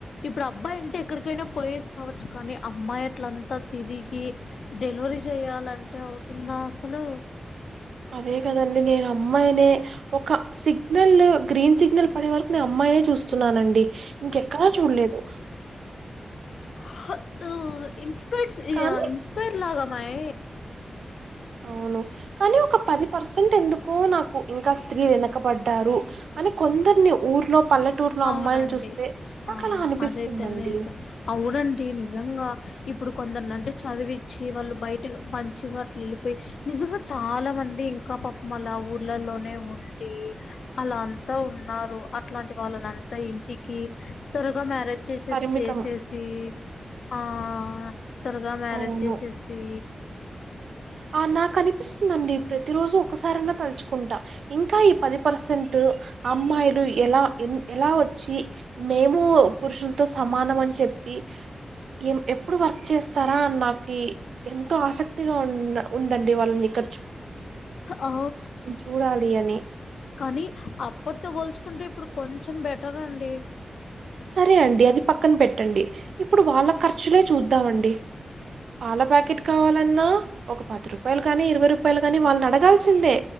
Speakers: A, on the left (about 80°); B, on the right (about 85°).
A: ఇప్పుడు అబ్బాయి అంటే ఎక్కడికైనా పోయేసి రావచ్చు కానీ అమ్మాయి అట్లంతా తిరిగి డెలివరీ చెయాలంటే అవుతుందా అసలు
B: అదే కదండి నేను అమ్మాయి ఒక సిగ్నల్ గ్రీన్ సిగ్నల్ పడే వరకు నేను అమ్మాయినే చూస్ చూస్తున్నానండి ఇంకెక్కడా చూల్లెదు
A: హ ఇన్స్పైర్స్
B: కానీ
A: ఇన్స్పైైర్ లాగా మయి
B: అవును కానీ ఒక పది పర్సెంట్ ఎందుకో నాకు ఇంకా స్త్రీ వెనకబడ్డారు అని కొందరిని ఊర్లో పల్లెటూరులో
A: అవునండి
B: అమ్మాయిలు చూస్తే నాకు
A: ఆ
B: అలా అనిపిస్తుందండి
A: అదైతేనే అవునండి నిజంగా ఇప్పుడు కొందరు అంటే చదివిచ్చి వాళ్ళు బయట మంచి మాట్లు లిపి నిజంగా చాలా మంది ఇంకా పపం అలా ఊర్లలోనే ఉండి అలా అంతా ఉన్నారు అట్లాంటి వాళ్ళనంతా ఇంటికి త్వరగా మ్యారేజ్ చేసే
B: పరిమితం
A: చేసేసి ఆ త్వరగా మ్యారేజ్
B: అవును
A: చేసేసి
B: ఆ నాకు అనిపిస్తుందండి ప్రతి రోజు ఒకసారయినా తలుచుకుంటా ఇంకా ఈ పది పర్సెంట్ అమ్మాయిలు ఎలా ఎ ఎలా వచ్చి మేము పురుషులతో సమానం అని చెప్పి ఏం ఎప్పుడు వర్క్ చేస్తారా అని నాకి ఎంతో ఆసక్ తిగా ఉ ఉందండి వాళ్ళని ఇక్క
A: ఆ
B: చూడాలి అని
A: కానీ అప్పుటితో బో చూకుంటే ఇప్పుడు కొంచెం బెటర్ అండి
B: సరే అండి అది పక్కన పెట్టండి ఇప్పుడు వాళ్ళ ఖర్చులే చూద్దామండి పాల ప్యాకెట్ కావాలన్నా ఒక పది రూపాయలు గాని ఇరవై రూపాయలు గాని వాళ్ళని అడగాల్సిందే